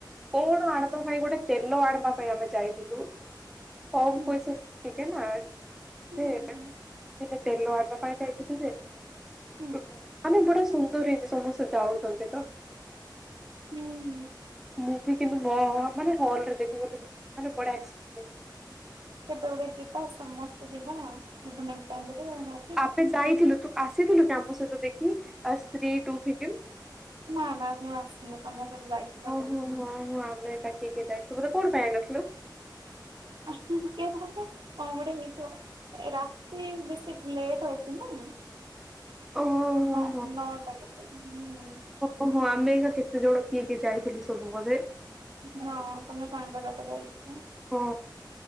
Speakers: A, in the centre; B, on the right.
A: କଣ ଆଣିବା ପାଇଁ ଗୋଟେ ତେଲ ଆଣିବା ପାଇଁ ଆମେ ଯାଇଥିଲୁ। କମ
B: ହୁଁ
A: ପଇସା ଟିକେ ନା ସେ
B: ହୁଁ ହୁଁ
A: ହେଲେ ତେଲ ଆଣିବା ପାଇଁ ଯାଇଥିଲୁ ଯେ
B: ହୁଁ
A: ଆମେ ଯୋଉଟା ସୁ ସୁନ୍ଦର ହେଇଛି ସମସ୍ତେ ଯାଉଛନ୍ତି ତ।
B: ହୁଁ।
A: ମୁଭି କିନ୍ତୁ ମ ମାନେ ହଲ ରେ ଦେଖିବ ମାନେ ବଢିଆ ଏ
B: କେବେ ଗୁଟେ ଯିବା ସମସ୍ତେ ଯିବା <inaudible>
A: ଆମେ ଯାଇଥିଲୁ ତୁ ଆସିଥିଲୁ କି ଆମ ସହିତ ଦେଖି ଆ ସ୍ତ୍ରୀ ଟୁ ଫିଲିମ୍।
B: ନା ନା ମୁଁ ଆସିନି ତୁମେ ସବୁ ଯାଇଥିଲ।
A: ଉଁ ହୁଁ ଆମେ ଏକା କିଏ ଯାଇଥିଲୁ ବୋଧେ କଣ ପାଇଁ ଆଇନଥିଲୁ।
B: <inaudible> କଣ ଗୋଟେ ହେଇଥିବ। ରାତି ବେଶୀ ଲେଟ୍ ହେଉଛି ନା।
A: ଓହୋ
B: ନ ନଅଟା କେତେ ହୁଁ।
A: ହଁ ହଁ ଆମେ ଏକା କେତେ ଜଣ କିଏ କିଏ ଯାଇଥିଲି ସବୁ ବଧେ।
B: ହଁ ତମେ ସାଙ୍ଗ ଯାଇଥିଲ।
A: ହଁ